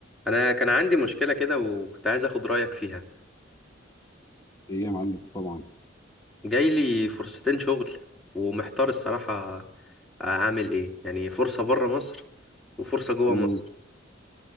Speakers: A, in the centre; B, on the left.
A: انا كان عندي مشكله كده وكنت عايز اخد رايك فيها
B: ايه يا معلم طبعا
A: جاي لي فرصتين شغل ومحتار الصراحه اعمل ايه يعني فرصه بره مصر وفرصه جوه
B: مم.
A: مصر